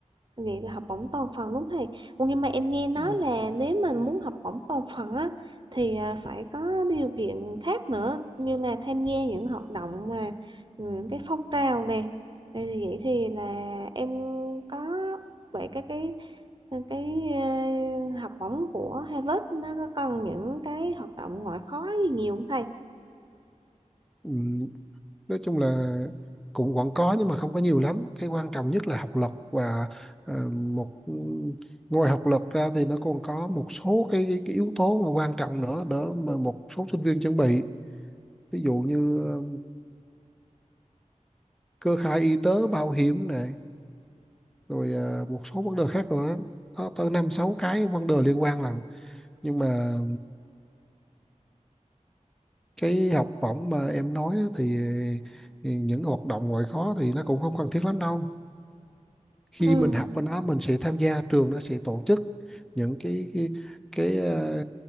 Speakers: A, on the right (about 35°); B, in the centre.
A: vậy là học bổng toàn phần đúng không thầy Ủa, nhưng mà em nghe nói
B: ừ.
A: là nếu mình muốn học bổng toàn phần á thì à, phải có điều kiện khác nữa như là tham gia những hoạt động mà những cái phong trào này thì thì vậy thì là em có vậy cái cái ờ, cái ờ, học bổng của Harvard nó có cần những cái hoạt động ngoại khóa gì nhiều không thầy
B: Ừ. nói chung là cũng vẫn có nhưng mà không có nhiều lắm cái quan trọng nhất là học lực và ờ, một ừ, ngoài học lực ra thì nó còn có một số cái, cái, cái yếu tố mà quan trọng nữa đỡ mà một số sinh viên chuẩn bị ví dụ như ờ, cơ khai y tế bảo hiểm nè rồi à, một số vấn đề khác nữa có tới năm sáu cái vấn đề liên quan lận nhưng mà cái học bổng mà em nói đó thì, thì những hoạt động ngoại khóa thì nó cũng không cần thiết lắm đâu khi
A: Ừ,
B: mình học bên đó mình sẽ tham gia trường nó sẽ tổ chức những cái cái cái, ờ,